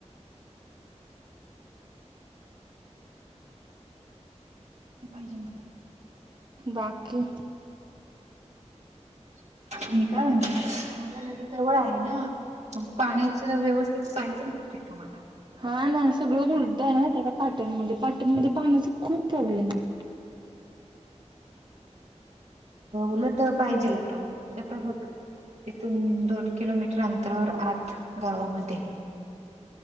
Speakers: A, on the right (about 70°); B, on the right (about 40°).
A: पाहिज. <unintelligible>
B: बाकी.
A: मी काय म्हणते तुम्हाला नदी जवळ आहे ना. पाण्याच व्यवस्थित पाहिजे तिथे तुम्हाला.
B: हा ना सगळं उलटं आहे ना त्या पाटणमध्ये पाटणमध्ये पाण्याचा खूप प्रॉब्लेम आहे.
A: उलट पाहिजेल आता बघ. तिथून दोन किलोमीटर अंतरावर आत गावामध्ये.